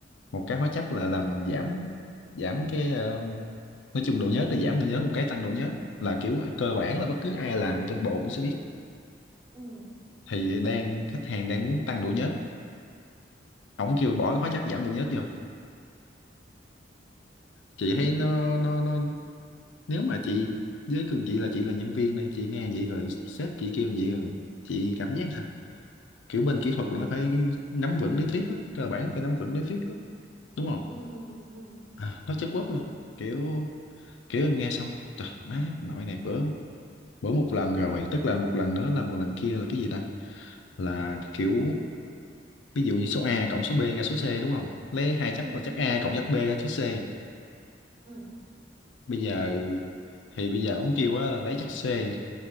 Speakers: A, on the left (about 70°); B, on the right (about 25°).
A: một cái hóa chất là làm giảm giảm cái ờ, nói chung độ nhớt là giảm độ nhớt một cái tăng độ nhớt là kiểu cơ bản là bất cứ ai làm về tinh bột cũng sẽ biết
B: ừ
A: thì đang khách hàng đang muốn tăng độ nhớt ổng kêu bỏ cái hóa chất giảm độ nhớt vô chị
B: ừ
A: thấy nó nó nó nếu mà chị với cương chị là chị là nhân viên này chị nghe vậy rồi sếp chị kêu vậy rồi chị cảm giác sao kiểu bên kỹ thuật là nó phải nắm vững lý thuyết á cơ bản phải nắm vững lý thuyết á đúng không
B: ừ ừ ừ
A: à, nói chất quốc luôn kiểu kiểu em nghe xong trời má nội này bữa bữa một lần rồi tức là một lần nữa là một lần kia là cái gì ta là kiểu ví dụ như số A cộng số B ra số C đúng không lấy hai chắc
B: ừ
A: là
B: ừ
A: chắc A cộng chắc B ra chắc C
B: ừ
A: bây giờ thì bây giờ ông kêu á là lấy chắc C